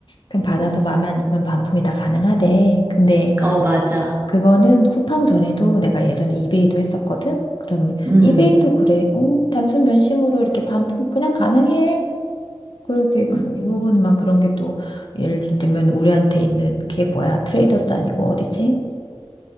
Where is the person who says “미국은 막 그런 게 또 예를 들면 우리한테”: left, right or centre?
Left